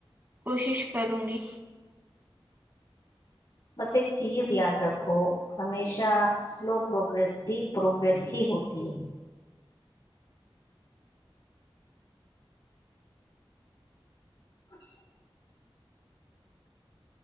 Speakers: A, on the right (about 20°); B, on the left (about 60°).
A: کوشش کروں گی
B: بس ایک چیز یاد رکھو ہمیشہ سلو پروگریس بھی پروگریس ہی ہوتی ہے اچھا